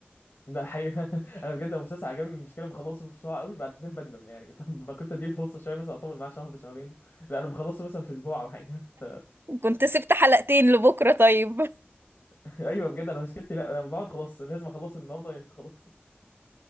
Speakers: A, on the left; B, on the right.
A: ده حقيقي <laughs> انا بجد لو مسلسل عجبني المشكله بخلصه بسرعه قوي بعدين بندم يعني <laughs> طب ما كنت اديله فرصه شويه مثلا اطول معاه شهر شهرين لا انا بخلصه مثلا في اسبوع او حاجه ف...
B: كنت سبت حلقتين لبكرة طيب <laughs>
A: <laughs> ايوه بجد انا مشكلتي لا انا بقعد خلاص لازم اخلصه النهارده ينفع خلاص